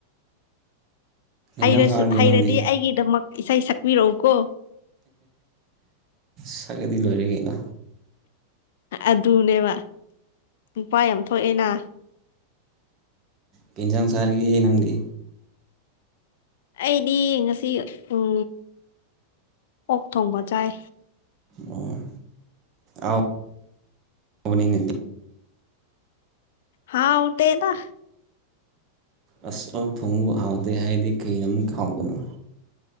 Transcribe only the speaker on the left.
ꯍꯩꯔꯁꯨ
ꯍꯩꯔꯗꯤ
ꯑꯩꯒꯤꯗꯃꯛ ꯏꯁꯩ ꯁꯛꯄꯤꯔꯛꯎꯀꯣ
ꯑꯗꯨꯅꯦꯕ ꯅꯨꯄꯥ ꯌꯥꯝ ꯊꯣꯛꯑꯦꯅ
ꯑꯩꯗꯤ ꯉꯁꯤ ꯎꯝ ꯑꯣꯛ ꯊꯣꯡꯕ ꯆꯥꯏ
ꯍꯥꯎꯇꯦꯗ